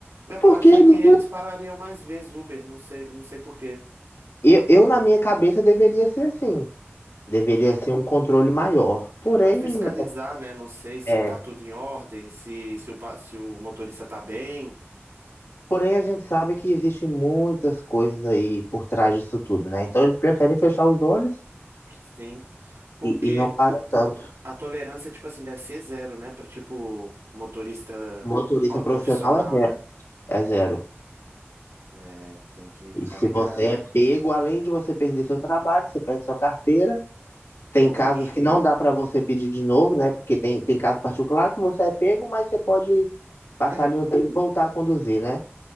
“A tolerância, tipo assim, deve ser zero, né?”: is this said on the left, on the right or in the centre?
Right